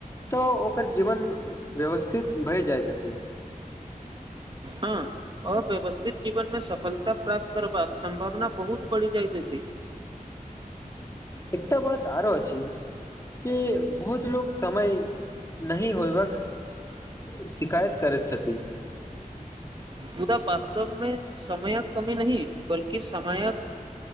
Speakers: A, on the left; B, on the right.
A: तऽ ओकर जीवन व्यवस्थित भए जाइत अछि
B: हँ अव्यवस्थित जीवन में सफलता प्राप्त करबाक सम्भावना बहुत बढ़ि जाइत अछि <unintelligible>
A: एकटा बात आरो अछि जे बहुत लोक समय नहि होयबाक सी शिकायत करैत छथिन
B: मुदा वास्तवमे समयक कमी नहि बल्कि समयक